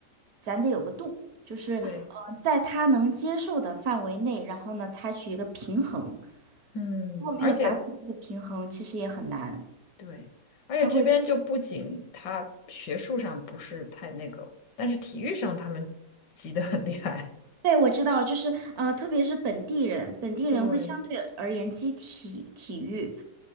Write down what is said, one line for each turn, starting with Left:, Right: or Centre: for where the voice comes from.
Right: 咱得有个度，就是呃，
Left: 对，
Right: 在他能接受的范围内，然后呢，采取一个平衡。
Left: 嗯，
Right: 如果没有达到这个平衡，
Left: 而且
Right: 其实也很难。
Left: 对，而且这边就不仅他学术上不是太那个，
Right: 他会，
Left: 但是体育上他们急得很厉害。
Right: 对，我知道，就是呃，特别是本地人，
Left: <laughs>
Right: 本地人会相对而言激体体育，
Left: 对，